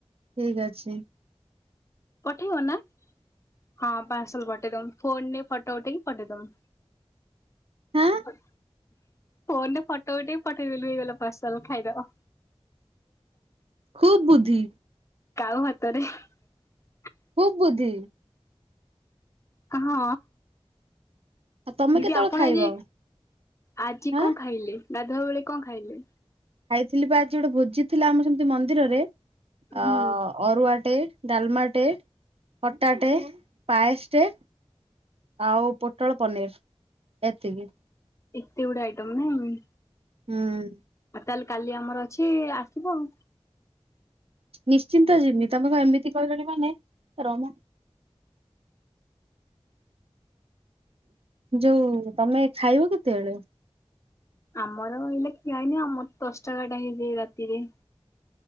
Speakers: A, on the right (about 65°); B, on the left (about 30°).
A: ଠିକ ଅଛି।
B: ପଠେଇବ ନା? ହଁ ପାର୍ସଲ ପଠେଇ ଦେବି ତମ ଫୋନରେ ଫଟୋ ଉଠେଇକି ପଠେଇ ଦମୁ।
A: ହାଁ
B: ଆ ଫୋନରେ ଫଟୋ ଉଠେଇ ପଠେଇଦଲୁ ହେଇଗଲା ପାର୍ସଲ ଖାଇ ଦେବ।
A: ଖୁବ ବୁଦ୍ଧି।
B: କାଉ ହାତରେ ।
A: ଖୁବ ବୁଦ୍ଧି
B: ହଁ।
A: ଆଉ ତମେ
B: ଦିଦି
A: କେତେବେଳେ
B: ଆପଣ
A: ଖାଇବ
B: ଆଜି ଆଜି
A: ହାଁ
B: କଣ ଖାଇଲେ? ଗାଧୁଆ ବେଳେ କଣ ଖାଇଲେ?
A: ଖାଇଥିଲି ବା ଆଜି ଗୋଟେ ଭୋଜି ଥିଲା ଆମର ସେମିତି ମନ୍ଦିରରେ। ଆ
B: ହୁଁ
A: ଅରୁଆଟେ। ଡାଲମାଟେ ଖଟାଟେ ପାଏସ ଟେ ଆଉ ପୋଟଳ ପନିର ଏତିକି।
B: ଏତେ ଗୁଡେ଼ ଆଇଟମ ନୁହେଁ କି?
A: ହୁଁ।
B: ତାହେଲେ କାଲି ଆମର ଅଛି ଆସିବ ଆଉ।
A: ନିଶ୍ଚିନ୍ତ ଯିବି ତମେ ଏମିତି କହିଲନି ମାନେ ରହ ମ। ଯୋଉ ତମେ ଖାଇବ କେତେବେଳେ?
B: ଆମର ହେଲେ ଖିଆ ହେଇନି ଆମର ଦଶଟା ଟାଇମ୍ ରାତିରେ।